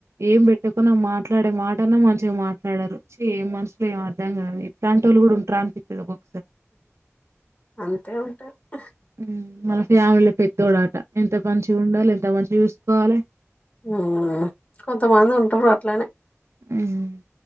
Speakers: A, on the right; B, on the left.
A: ఏం పెట్టకున్నా మాట్లాడే మాటన్నా మంచిగా మాట్ ట్లాడరు ఛీ ఏం మనుసులు ఏం అర్థం కాదు ఇట్లాంటోళ్ళు కూడా ఉంటార అనిపిత్తది ఓక్కొక్క
B: అంతే ఉంటా <unintelligible>
A: మ్ మళ్ళ ఫ్యామిలీ పెద్దోడు ఎంత మంచిగా ఉండాలి త మంచిగా చూసుకోవాలె
B: ఉమ్ కొంతమంది ఉంటారు అట్లనే
A: ఉమ్